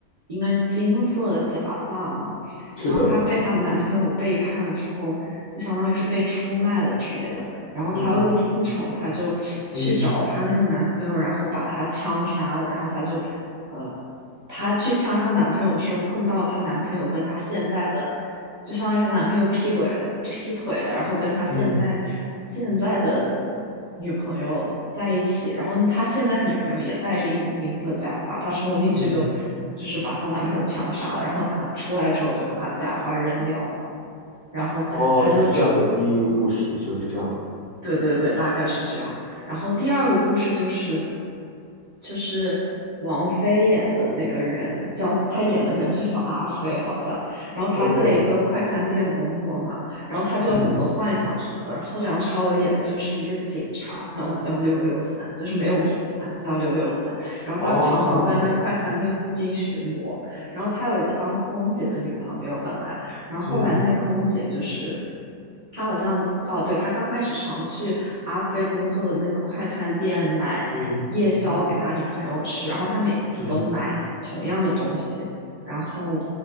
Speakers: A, on the right (about 35°); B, on the left (about 65°).
A: 应该是金色的假发嘛，
B: 是的，
A: 然后她被她男朋友背叛了之后，就相当于是被出卖了之类的。然后她为了复仇，
B: 嗯
A: 她就去找她那个男朋友，
B: 嗯
A: 然后把他枪杀了，然后她就，呃，她去枪杀她男朋友的时候，碰到她男朋友跟她现在的，就相当于她男朋友劈鬼了，劈腿了，然后跟她现在现在的
B: 嗯
A: 女朋友在一起，然后她现在女朋友也戴着一顶金色假发，她冲进去就就是把她男朋友枪杀了，
B: 嗯，
A: 然后她出来之后就把她假发扔掉了。然后她就出
B: 哦，就是这样的第一个故事就是这样
A: 对对对，大概是这样。然后第二个故事就是，就是王菲演的那个人叫她演的人就叫阿飞好像。然后她在一个快餐店工作嘛，
B: ，OK，
A: 然后她就有很多幻想什么的。
B: 嗯，
A: 然后梁朝伟演的就是一个警察，好像叫六六三，就是没有名字，他就叫六六三。然后他常常在那个快餐店附近巡逻。
B: 哦，
A: 然后他有一个当空姐的女朋友，本来。然后后来那个空姐就是，
B: 嗯
A: 她好像哦，对，她刚开始常去阿飞工作的那个快餐店买夜宵给他女朋友吃，
B: 嗯嗯
A: 然后他每次都买同样的东西，
B: 嗯
A: 然后